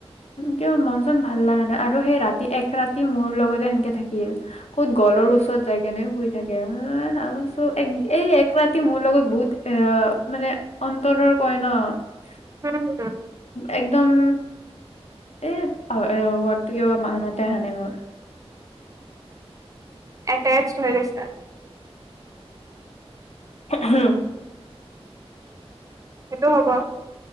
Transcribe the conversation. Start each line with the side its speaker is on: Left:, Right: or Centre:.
Left: কিয় মন-চন ভাল লাগা নাই, আৰু সেই ৰাতি এক ৰাতি মোৰ লগতে সেনকে থাকিল ক'ত গলৰ
Right: উম
Left: ওচৰত যায় কেনে শুই থাকে অ আৰু চ, এক-এই এক ৰাত মোৰ লগত বহুত এ, মানে অন্তৰৰ কয় ন
Right: উম।
Left: একদম এ পাহৰি ৱৰ্ডটো কিবা মনতে অহা নাই মোৰ।
Right: এটেচড হৈ গৈছা
Left: হম
Right: সেইটো হ'ব